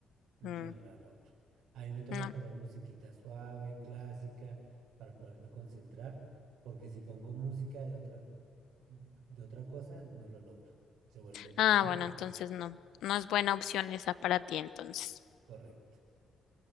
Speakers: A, on the right (about 75°); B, on the left (about 80°).
A: Yo
B: Mm,
A: no la logro. A mí me toca
B: no.
A: poner musiquita suave, clásica, para poderme concentrar, porque si pongo música de otra, de otra cosa, no lo logro. Se vuelve
B: Ah,
A: súper
B: bueno, entonces
A: difícil.
B: no. No es buena opción esa para ti entonces.
A: Correcto.